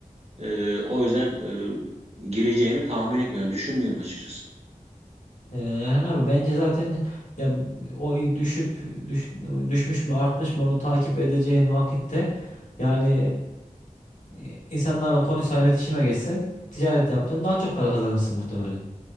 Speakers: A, on the right; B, on the left.
A: E, o yüzden e, gireceğimi tahmin etmiyorum, düşünmüyorum açıkçası.
B: Ee, Erhan abi bence zaten ya o düşüp düş- düşmüş mü artmış mı onu takip edeceğin vakitte yani e, insanlarla konuşsan iletişime geçsen ticaret yapsan daha çok para kazanırsın muhtemelen.